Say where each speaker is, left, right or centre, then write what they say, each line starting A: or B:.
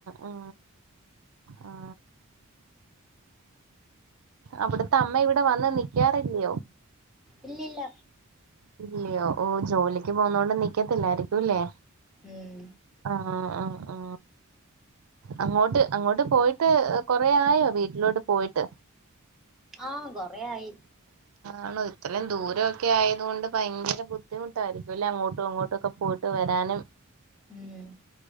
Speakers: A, on the right; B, in the centre.
A: അ ആ ആ അവിടുത്തെ അമ്മ ഇവിടെ വന്ന് നിൽക്കാറില്ലിയോ
B: ഇല്ലില്ല
A: ഇല്ലയോ ഓ ജോലിക്ക് പോകുന്നത് കൊണ്ട് നിക്കത്തില്ലായിരിക്കുംല്ലേ
B: ഉം
A: അ അ അ ആ അങ്ങോട്ട് അങ്ങോട്ട് പോയിട്ട് കൊറേ ആയോ വീട്ടിലോട്ട് പോയിട്ട്
B: ആ കൊറെയായി
A: ആണോ ഇത്രയും ദൂരൊ- ഒക്കെ ആയത് കൊണ്ട് ഭയങ്കര ബുദ്ധിമുട്ടായിരിക്കും അല്ലെ അങ്ങോട്ടും ഇങ്ങോട്ടും ഒക്കെ പോയിട്ട് വരാനും
B: ഉം